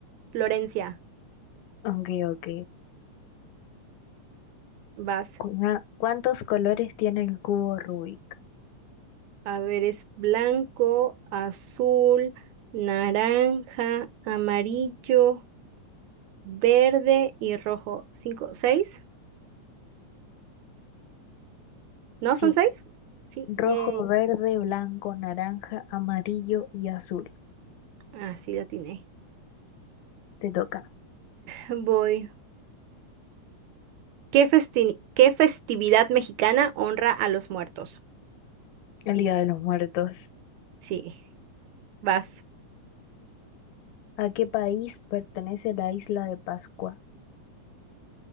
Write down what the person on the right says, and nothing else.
Florencia,
vas.
A ver, es blanco, azul, naranja, amarillo, verde y rojo. ¿Cinco? ¿Seis? ¿No
son seis? Sí,
yay.
Ah, sí, la tiene.
Voy. ¿Qué festi- qué festividad mexicana honra a los muertos?
Sí, vas.